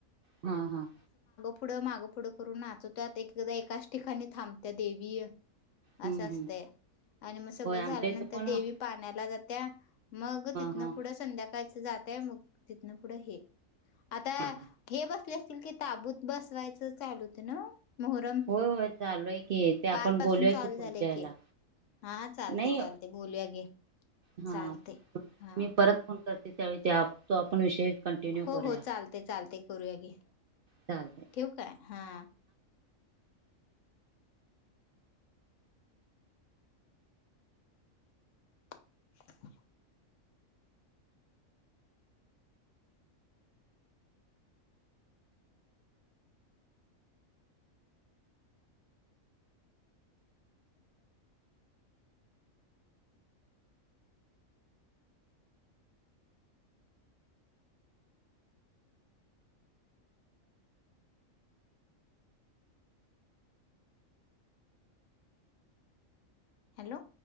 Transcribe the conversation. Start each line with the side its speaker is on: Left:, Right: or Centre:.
Right: हा हा
Left: पुढं मागं पुुढं करून नाचवतत एकदा एकाच ठिकाणी थांबत्या देवीय. असं
Right: हम्म
Left: असत
Right: हम्म
Left: आणि मग सगळं
Right: होय आमच्या
Left: झाल्यानंतर
Right: इथं पण
Left: देवी
Right: हा
Left: पाण्याला जात त्या मग तिथनं
Right: हा
Left: पुढं संध्याका जातय मग तिथन पुढं हे आता
Right: हा
Left: हे बस. ताबूत बसवायचं चालूत ना. मोहरम
Right: होय होय चालूय की ते आपण
Left: कालपासून
Right: बोलूयाय
Left: चालू
Right: की पुढच्या
Left: झालंय की
Right: वला
Left: हा चालते
Right: नाही
Left: चालते बोलूया घे
Right: हा
Left: चालते हा
Right: मी परत फोन करत. त्यावेळी ते तो आपण विषय कंटिन्यू
Left: हो
Right: करूया
Left: हो चालते चालते. करूया की
Right: चालते
Left: ठेव का आहेय हा. <inaudible> हॅलो.